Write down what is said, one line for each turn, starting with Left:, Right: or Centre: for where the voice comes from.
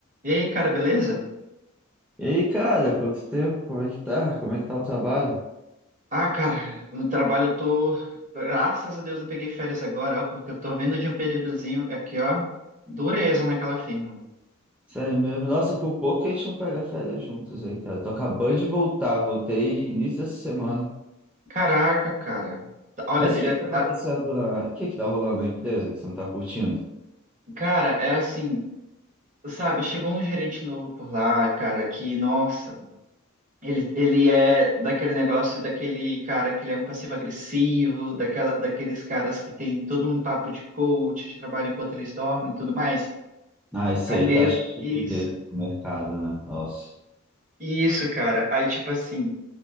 Right: E aí, cara, beleza?
Centre: E aí, cara, quanto tempo? Como é que tá? Como é que tá o trabalho?
Right: Ah, cara, no trabalho eu tô. Graças a Deus eu peguei férias agora, ó, porque eu tô vindo de um períodozinho aqui, ó. Dureza naquela firma.
Centre: Sério mesmo. Nossa, por pouco que a gente não pega férias juntos aí, cara. Tô acabando de voltar, voltei início dessa semana.
Right: Caraca, cara. T- Olha,
Centre: Mas
Right: teria.
Centre: o que que tá acontecendo
Right: tá-
Centre: lá? O que que tá rolando na empresa que você não tá curtindo?
Right: Cara, é assim, sabe? Chegou um gerente novo por lá, cara, que, nossa, ele, ele é daquele negócio, daquele cara que ele é um passivo-agressivo, daquela, daqueles caras que tem todo um papo de coach, de trabalho enquanto eles dormem e tudo mais.
Centre: Ah, esse
Right: Aí
Centre: aí
Right: meio.
Centre: tá cheio
Right: que Isso.
Centre: desse mercado, né? Nossa.
Right: Isso, cara. Aí, tipo assim,